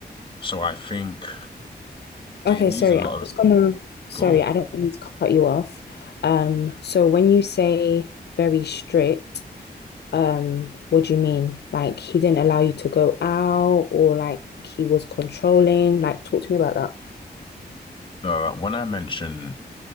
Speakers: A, on the left; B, on the left.
A: So I think it
B: Okay,
A: needs
B: sorry.
A: a lot
B: I'm
A: of
B: just gonna, sorry,
A: go on.
B: I don't mean to cut you off. Um, so when you say very strict, um, what do you mean? Like he didn't allow you to go out or like he was controlling? Like talk to me about that.
A: No, when I mention